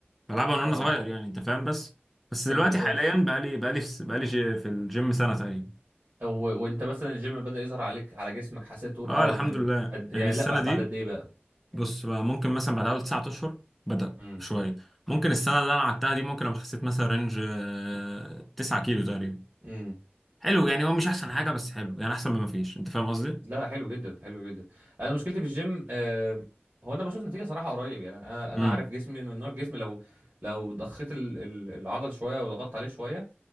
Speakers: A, in the centre; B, on the right (about 50°).
A: بلعبها من
B: اه
A: وانا صغير يعني انت فاهم بس بس
B: طب
A: دلوقتي
B: ده كويس
A: حاليا بقى لي بقى لي بقى لي في الجيم سنه تقريبا
B: و... وانت مثلا الجيم بدأ يظهر عليك على جسمك حسيت تقول
A: اه
B: اه
A: الحمد
B: ان
A: لله
B: قد... يعني
A: يعني السنه
B: لا بع-
A: دي
B: بعد قد ايه بقى
A: بص بقى ممكن مثلا بعد اول تسعة اشهر بدأ
B: امم
A: شويه ممكن السنه اللي انا قعدتها دي ممكن ابقى خسيت مثلا رينج آه، 9 كيلو تقريبا
B: امم
A: حلو يعني هو مش احسن حاجه بس حلو يعني احسن من ما فيش انت فاهم قصدي
B: لا حلو جدا حلو جدا انا مشكلتي في الجيم آه... هو انا بشوف نتيجة صراحة قريب يعني انا انا
A: امم
B: عارف جسمي انه نوع جسمي لو لو ضخيت ال... ال... العضل شوية وضغطت عليه شوية